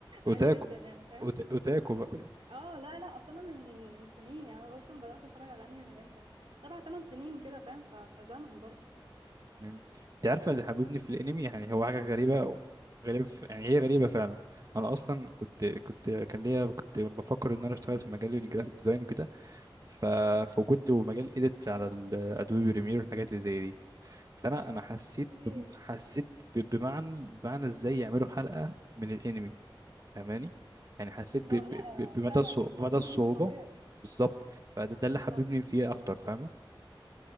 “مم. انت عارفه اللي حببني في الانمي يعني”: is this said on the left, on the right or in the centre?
Right